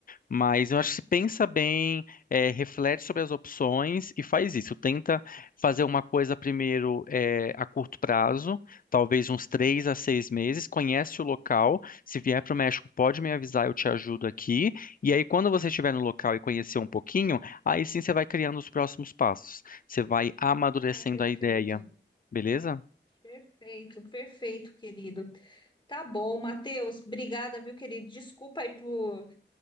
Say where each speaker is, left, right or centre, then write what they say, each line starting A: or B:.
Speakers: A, on the left (about 45°); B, on the left (about 25°).
A: Mas eu acho que se pensa bem, eh, reflete sobre as opções e faz isso. Tenta fazer uma coisa primeiro, eh, a curto prazo, talvez uns três a seis meses. Conhece o local. Se vier para o México, pode me avisar, eu te ajudo aqui. E aí, quando você estiver no local e conhecer um pouquinho, aí sim você vai criando os próximos passos. Você vai amadurecendo
B: Ah, perfeito.
A: a ideia, beleza?
B: Perfeito, perfeito, querido. Tá bom, Matheus. Obrigada, viu, querido? Desculpa aí por,